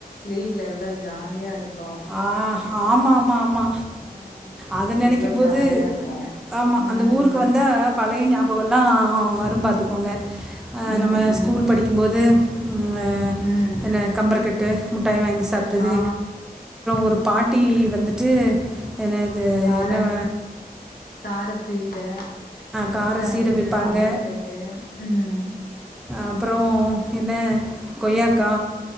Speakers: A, on the left; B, in the centre.
A: லீவ்ல எவ்வளோ ஜாலியா இருக்
B: ஆஹ் அ ஆமா ஆமா ஆமா
A: ஆ
B: அத நெனைக்கும்போது
A: எவ்ளோ ஜாலியா இருப்போ
B: ஆமா
A: ம்
B: அந்த ஊருக்கு வந்தா பழய ஞாபகெல்லா வரு பாத்துக்கோங்க அ
A: ம்
B: நம்ம
A: ம்
B: ஸ்கூல் படிக்கும்போது ம் எ
A: ம்
B: என்ன கம்பரக்கட் டு ம் முட்டாய் வாங்கி சாப்ட்டது
A: ஆ
B: ஒரு பாட்டி வந்துட்டு என்னது
A: கார
B: என்ன
A: கார சீட மிட்டாயி
B: கார சீடை விற்பாங்க
A: கம்பருக்கட்டு உம்
B: அப்பறோ என்ன கொய்யாக்கா